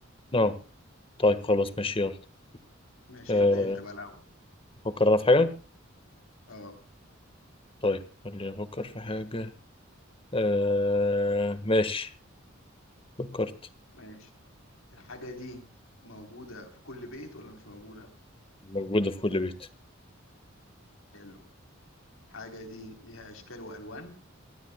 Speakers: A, on the left (about 25°); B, on the left (about 75°).
A: اه طيب خلاص ماشي يلا
B: ماشي
A: أه
B: ابدأ أنت بقى الأول
A: فكر انا في حاجه
B: أه
A: طيب خليني افكر في حاجه أه ماشي فكرت
B: ماشي الحاجة دي موجودة في كل بيت ولا مش موجودة؟
A: موجوده في كل بيت
B: حلو الحاجة دي ليها أشكال وألوان